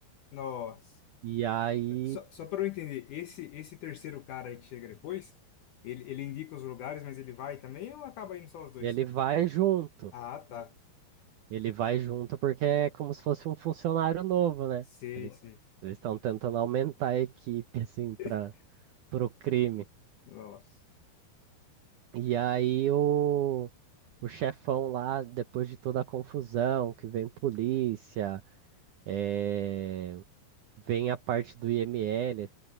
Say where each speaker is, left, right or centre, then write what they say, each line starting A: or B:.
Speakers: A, on the left; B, on the right.
A: Nossa.
B: E aí
A: Só, só para eu entender, esse esse terceiro cara aí que chega depois, ele, ele indica os lugares, mas ele vai também ou acaba indo só os dois?
B: ele vai junto.
A: Ah, tá.
B: Ele vai junto porque é como se fosse um funcionário novo, né?
A: Sei,
B: Ele-
A: sei.
B: Eles estão tentando aumentar a equipe, <laughs> assim, para
A: <laughs>
B: o crime.
A: Nossa.
B: E aí o, o chefão lá, depois de toda a confusão, que vem polícia, eh, vem a parte do IML